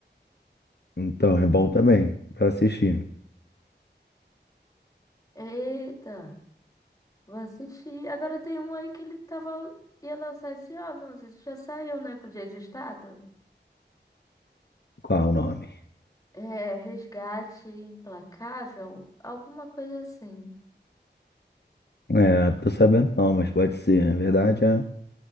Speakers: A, on the left; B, on the left.
A: então é bom também pra assistir.
B: Eita. Vou assistir. Agora tem um aí que ele tava... ia lançar esse ano. Não sei se já saiu, né? Com o Jason Statham.
A: Qual é o nome?
B: É, Resgate Implacável, alguma coisa assim.
A: É, tô sabendo não, mas pode ser. Na verdade, é...